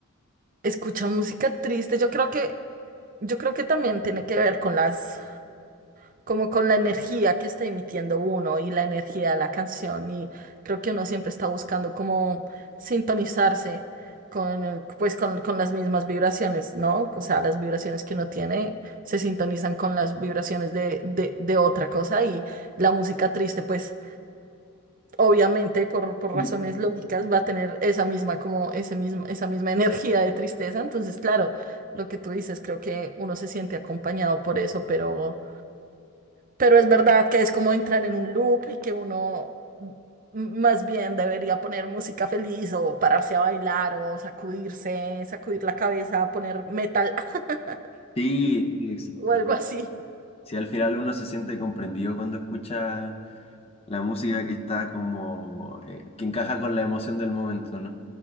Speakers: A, on the right (about 35°); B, on the left (about 25°).
A: escucha música triste. Yo creo que, yo creo que también tiene que ver con las como con la energía que está emitiendo uno y la energía de la canción. Y creo que uno siempre está buscando como sintonizarse con, eh, pues, con, con las mismas vibraciones, ¿no? O sea, las vibraciones que uno tiene se sintonizan con las vibraciones de, de, de otra cosa y la música triste, pues, obviamente, por, por razones
B: Mm.
A: lógicas, va a tener esa misma, como ese mismo, esa misma energía de tristeza. Entonces, claro, lo que tú dices, creo que uno se siente acompañado por eso, pero... Pero es verdad que es como entrar en un loop y que uno m- más bien debería poner música feliz o pararse a bailar o sacudirse, sacudir la cabeza, poner metal <laughs>
B: Sí, sí, exacto.
A: o algo así.
B: Si al final uno se siente comprendido cuando escucha La música que está como, eh, que encaja con la emoción del momento, ¿no?